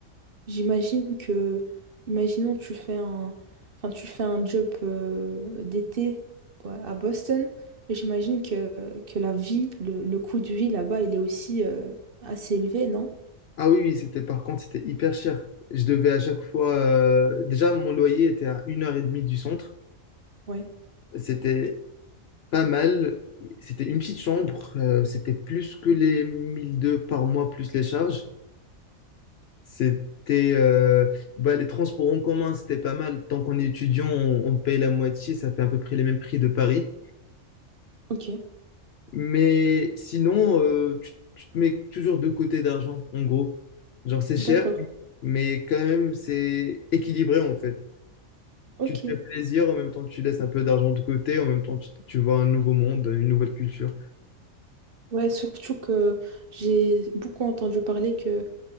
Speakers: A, on the right (about 50°); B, on the left (about 65°).
A: J'imagine que, imaginons tu fais un, enfin tu fais un job euh, d'été ouais, à Boston, et j'imagine que, que la vie, le, le coût de vie là-bas, il est aussi euh, assez élevé, non?
B: ah oui, oui, c'était par contre, c'était hyper cher. Je devais à chaque fois. euh, déjà, mon loyer était à une heure et demie du centre.
A: Ouais.
B: C'était pas mal. C'était une petite chambre, euh, c'était plus que les 1002 par mois plus les charges. C'était euh, bah, les transports en commun, c'était pas mal. Tant qu'on est étudiant, on, on paye la moitié, ça fait à peu près les mêmes prix de Paris.
A: Ok,
B: Mais sinon, euh, tu, tu te mets toujours de côté d'argent, en gros. Genre, c'est cher,
A: d'accord.
B: mais quand même, c'est équilibré en fait.
A: Ok.
B: Tu te fais plaisir, en même temps, tu laisses un peu d'argent de côté, en même temps, tu, tu vois un nouveau monde, une nouvelle culture.
A: Ouais, surtout que j'ai beaucoup entendu parler que,